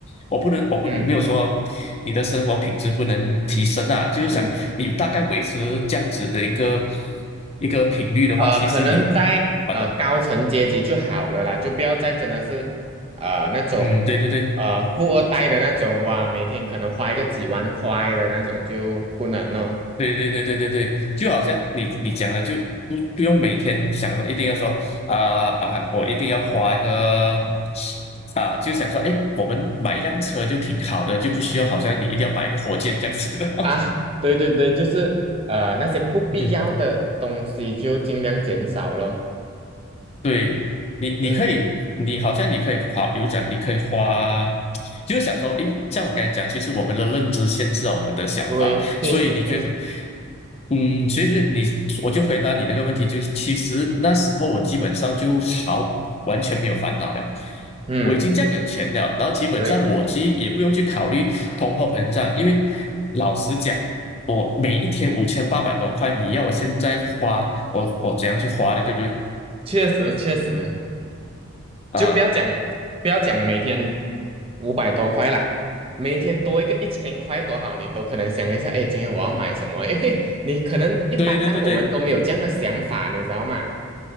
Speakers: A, on the left; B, on the right.
A: 我不能，我不没有说你的生活品质不能提升啊，
B: 嗯
A: 就是想你大概维持这样子的一个
B: 嗯。
A: 一个频率的话，
B: 呃，
A: 其实你的
B: 可能在呃高层阶级就好了啦，
A: 完了，
B: 就不要再真的是呃那种
A: 嗯，对对对
B: 呃富二代的那种哇，每天可能花一个几万块的那种就不能哦。
A: 对对对对对对，就好像你你讲的，就不不用每天想一定要说啊啊，我一定要花一个啊，就想说，哎，我们买一辆车就挺好的，就不需要好像你一定要买一个火箭这样子嗯
B: 啊，<laughs> 对对对，就是呃那些不必要的东西就尽量减少咯。
A: <laughs> 对你，你可以，
B: 嗯，
A: 你好像你可以花，比如讲，你可以花，就是想说，诶，像我刚才讲，其实我们的认知限制了我们的想法，
B: 对，确实确实，
A: 所以你觉得，嗯，其实你，我就回答你那个问题，就是其实那时候我基本上就好，完全没有烦恼了，
B: 嗯，
A: 我已经这样有钱了，然后基本上我其实也不用去考虑通货膨胀，
B: 对，
A: 因为老实讲，我每一天五千八百多块，你要我现在花，我我怎样去花的，对不对？
B: 确实确实。
A: 啊。
B: 就不要讲不要讲每天五百多块啦，每天多一个一千块多好，你都可能想一下，哎，今天我要买什么？因为你可能一般上我们都没有这样的想法，
A: 对对对对，
B: 你知道吗？